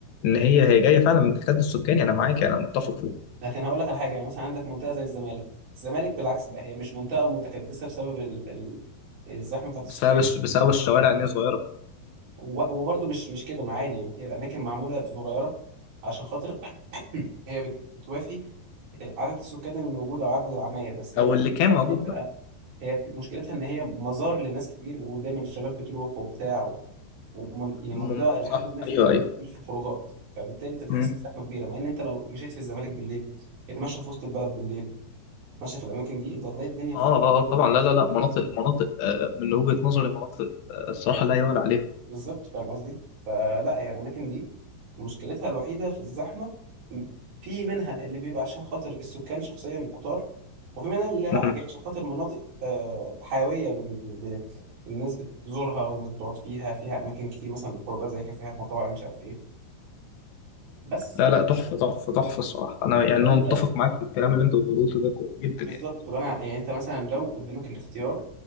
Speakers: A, on the left (about 80°); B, on the right (about 60°).
A: ان هي هي جاية فعلا من التكدس السكاني انا معاك انا متفق فيه
B: لكن هقول لك على حاجة يعني مثلا عندك منطقة زي الزمالك الزمالك بالعكس بقى هي مش منطقة متكدسة بسبب ال... ال... الزحمة بتاعت السكان
A: بسبب الش- بسبب الشوارع ان هي صغيرة
B: و- وبرضه مش مش كده ما عادي يعني هي الأماكن معمولة صغيرة عشان خاطر <clears throat> هي بت... بتوافي عدد السكان اللي موجود أو عدد العماير بس هي
A: او
B: مشكلتها
A: اللي كان
B: إن
A: موجود
B: هي بتبقى
A: بقى
B: هي بت... مشكلتها ان هي مزار لناس كتير ودايما الشباب بتروح وبتاع و... ومن... يعني
A: مم،
B: منطقه الى
A: صح
B: حد ما فيها
A: ايوه
B: رجل
A: ايوه
B: كتير في الخروجات فبالتالي انت بتحس
A: مم.
B: بزحمه كبيره مع ان انت لو مشيت في الزمالك بالليل اتمشى في وسط البلد بالليل اتمشى في الاماكن دي انت هتلاقي الدنيا فاضيه
A: اه اه آه، طبعا لا لا لا مناطق مناطق آه، من وجهة نظري مناطق آه، الصراحة لا يعلى عليها
B: بالظبط فاهم قصدي فلا هي الاماكن دي مشكلتها الوحيده في الزحمه م- في منها اللي بيبقى عشان خاطر السكان شخصيا كتار وفي منها اللي لا
A: مم.
B: هي عشان خاطر مناطق آه، حيويه ب- ب- ب- الناس بتزورها والناس بتقعد فيها فيها اماكن كتير مثلا للخروجات زي كافيهات مطاعم مش عارف ايه بس
A: لا لا تحفة تحفة تحفة الصراحة أنا يعني
B: لو
A: أنا
B: انت
A: متفق معاك في الكلام اللي أنت قلته ده كو- جدا
B: بالظبط
A: يعني
B: طب انا يعني انت مثلا لو قدامك الاختيار